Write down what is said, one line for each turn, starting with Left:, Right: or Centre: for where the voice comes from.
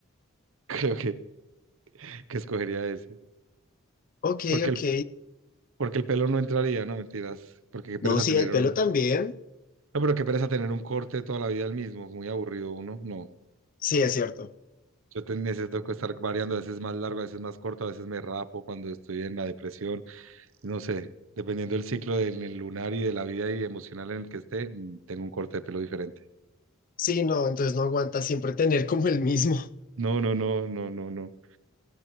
Right: <laughs> Creo que, que escogería ese.
Left: Ok,
Right: Porque
Left: ok.
Right: el, porque el pelo no entraría, no mentiras. Porque qué pereza
Left: No, sí,
Right: tener
Left: el pelo
Right: un.
Left: también.
Right: No, pero qué pereza tener un corte toda la vida el mismo. Muy aburrido uno. No.
Left: Sí, es cierto.
Right: Yo te- necesito que estar variando. A veces más largo, a veces más corto, a veces me rapo cuando estoy en la depresión. No sé. Dependiendo del ciclo del el lunar y de la vida y emocional en el que esté, mm, tengo un corte de pelo diferente.
Left: Sí, no, entonces no aguanta siempre tener como el mismo.
Right: No, no, no, no, no, no.